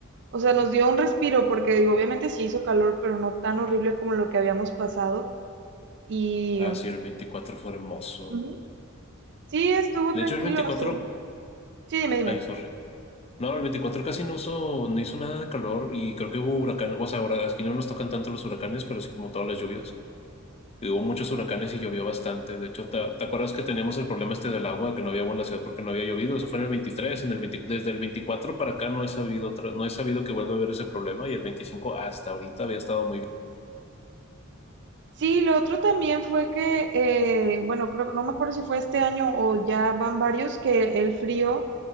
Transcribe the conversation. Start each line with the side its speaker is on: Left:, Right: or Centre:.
Right: O sea, nos dio un respiro porque digo, obviamente sí hizo calor, pero no tan horrible como lo que habíamos pasado. Y
Left: Ah, sí, el 24 fue hermoso.
Right: ujú, sí, estuvo
Left: De
Right: tranquilo.
Left: hecho, el 24,
Right: O sea, sí, dime, dime.
Left: ay, sorry. No, el 24 casi no hizo, no hizo nada de calor y creo que hubo huracán, o sea, ahora aquí no nos tocan tanto los huracanes, pero sí como todas las lluvias. Y hubo muchos huracanes y llovió bastante. De hecho, ¿te, te acuerdas que teníamos el problema este del agua, que no había agua en la ciudad porque no había llovido? Eso fue en el 23, en el 20 desde el 24 para acá no he sabido, otra- no he sabido que vuelva a haber ese problema y el 25 hasta ahorita había estado muy bien.
Right: Sí, lo otro también fue que, eh, bueno, creo que no me acuerdo si fue este año o ya van varios, que el frío